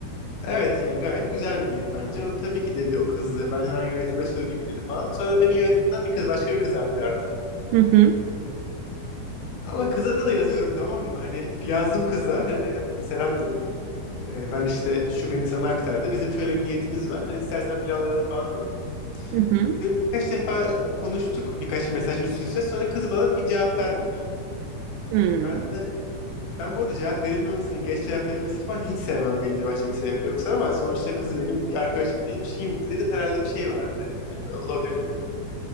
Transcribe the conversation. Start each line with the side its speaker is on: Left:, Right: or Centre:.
Left: Evet yani gayet güzel bir niyet bence. O tabii ki dedi o kız da ben hemen yönetime söyleyeyim dedi falan. Sonra beni yönetimden bir kız başka bir kıza aktardı.
Right: Hı hı
Left: Ama kıza da yazıyorum tamam mı? Hani yazdım kıza. Hani dedim selam dedim. E, ben işte şu beni sana aktardı. Bizim şöyle bir niyetimiz var. Hani istersen planlayalım falan dedim.
Right: hı hı
Left: Böyle birkaç defa konuştuk birkaç mesaj üst üste. Sonra kız bana bir cevap vermedi.
Right: hmm,
Left: Ben de ben bu arada cevap verilmemesini, geç cevap verilmesini falan hiç sevmem belli başlı bir sebep yoksa ama sonuçta kızı benim bir arkadaşım değil, bir şeyim değil dedim. Herhalde bir şey vardı dedim. Hani olabilir dedim.